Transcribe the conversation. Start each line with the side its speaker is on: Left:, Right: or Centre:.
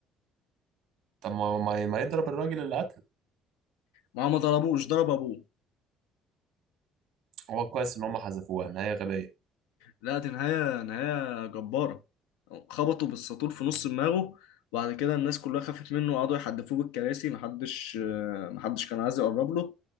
Right: طب ما ما ما يضرب الراجل اللي قتل
Left: ما هو ما ضربوش ضرب ابوه
Right: هو كويس ان هم حذفوها نهايه غبيه
Left: لا دي نهايه نهايه جباره خبطه بالساطور في نص دماغه وبعد كده الناس كلها خافت منه وقعدوا يحدفوه بالكراسي محدش آه، محدش كان عايز يقرب له